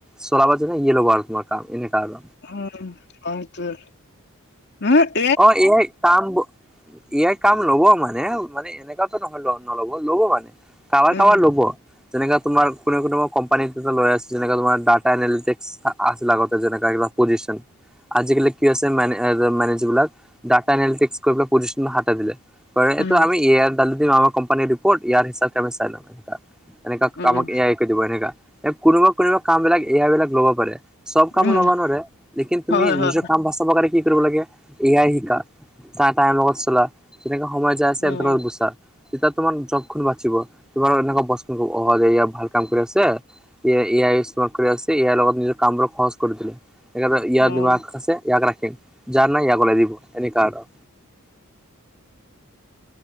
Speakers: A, in the centre; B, on the left.
A: চলাব জানিলে ইয়ে লব আৰু তোমাৰ কাম তেনেকা আৰু
B: উম সেইটোৱে উম
A: অ A I come A I come লব মানে মানে এনেকাতো নহয় বাও নল'ব ল'ব পাৰে কাবাৰ
B: উম।
A: কাবাৰ ল'ব যেনেকে তোমাৰ কোনো কোনো কম্পানীত এ লয় আছে যেনেকে তোমাৰ ডাটা এনালিটিক্স আছিল আগতে যেনেকা এইবিলাক পজিছন আজিকালি কি হৈছে মানে অ যে মা যিবিলাক ডাটা এনিলিটিক্স কৰিবলৈ পজিচন হতাই দিলে কৰে এইটো
B: উম,
A: আমি এ আই ডালি দিম আমাৰ কোম্পানীৰ ৰিপৰ্ট এ আই হিচাপে চাই লম এটা এনেকা
B: উম,
A: কামক এ আই কৰি দিব এনেকা এ কোনোবা কোনোবা কাম বিলাক এ আই বিলাক লব পাৰে। চব কাম
B: উম,
A: ল'বা নোৱাৰে লেকিন তুমি
B: হয়, হয়,
A: নিজৰ কাম বচাব কাৰনে কি কৰিব লাগে এ আই শিকা তা টাইমত চলা তেনেকা সময় যায় আছে
B: উম।
A: তেনেকা গুচা তেতিয়া তোমাৰ জবখন বাচিব তোমাৰ এনেকোৱা বস্তু অহ দে ইয়াৰ ভাল কাম কৰি আছে এ আই এ আই ইষ্টমাল কৰি আছে ইয়াৰ লগত নিজৰ কামবোৰ সহজ কৰি দিলে এনেকোৱা ইয়াত
B: উম,
A: যিমান আছে ইয়াক ৰাখিম যাৰ নাই ইয়াক ওলাই দিব এনেকোৱা আৰু